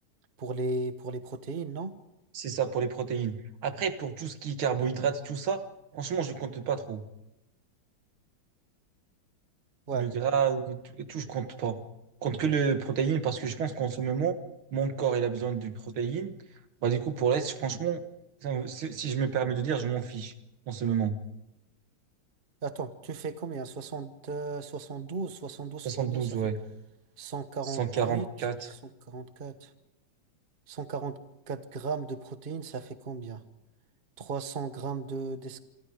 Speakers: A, on the right (about 30°); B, on the right (about 75°).
A: Pour les pour les protéines, non?
B: C'est ça pour les protéines. Après, pour tout ce qui est carbohydrates et tout ça, franchement, je compte pas trop.
A: Ouais.
B: Le gras ou tout, et tout, je compte pas. Je compte que les protéines parce que je pense qu'en ce moment, mon corps, il a besoin de protéines. Bah, du coup, pour l'Est, franchement, ça- si si je me permets de dire, je m'en fiche en ce moment.
A: Attends, tu fais combien? 60, euh, 72, 72
B: Soixante
A: fois 2,
B: douze,
A: ça
B: ouais.
A: fait 148,
B: cent quarante quatre.
A: 144. 144 grammes de protéines, ça fait combien? 300 grammes de, d'es-